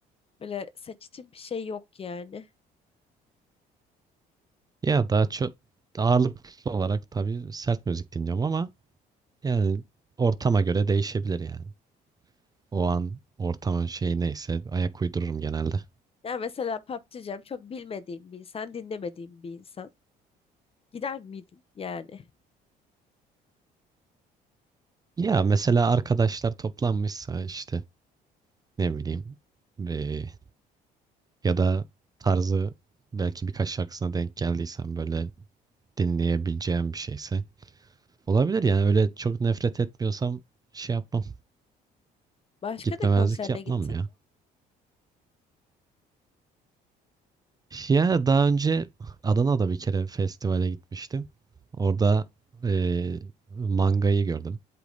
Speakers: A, on the left; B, on the right.
A: Böyle seçtiğim bir şey yok yani.
B: Ya daha çok ağırlıklı olarak tabii sert müzik dinliyorum ama yani ortama göre değişebilir yani. O an ortamın şeyi neyse ayak uydururum genelde.
A: Ya mesela PUBG'cem çok bilmediğim bir insan, dinlemediğim bir insan. Gider miydin yani?
B: Ya mesela arkadaşlar toplanmışsa işte ne bileyim eee, ya da tarzı belki birkaç şarkısına denk geldiysem böyle dinleyebileceğim bir şeyse olabilir yani öyle çok nefret etmiyorsam şey yapmam
A: Başka
B: gitmemezlik
A: ne konserine
B: yapmam
A: gittin?
B: ya. Ya daha önce Adana'da bir kere festivale gitmiştim. Orada eee, mangayı gördüm.